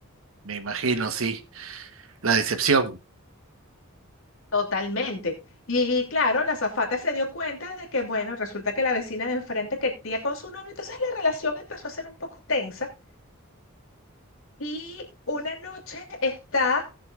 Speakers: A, on the right; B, on the left.
A: Me imagino, sí. La decepción.
B: Totalmente. Y, y claro, la azafata se dio cuenta de que, bueno, resulta que la vecina de enfrente quería con su novio, entonces la relación empezó a ser un poco tensa. Y una noche está,